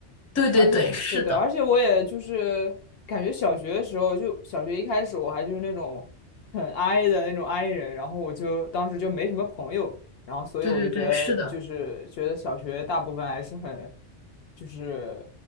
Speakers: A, on the left; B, on the left.
A: 对对对，
B: 而且对对，
A: 是的，
B: 而且我也就是感觉小学的时候，就小学一开始我还就是那种很 i 的那种 i 人，然后我就当时就没什么朋友，然后所以我就觉得就是觉得小学大部分还是很
A: 对对对，是的。
B: 就是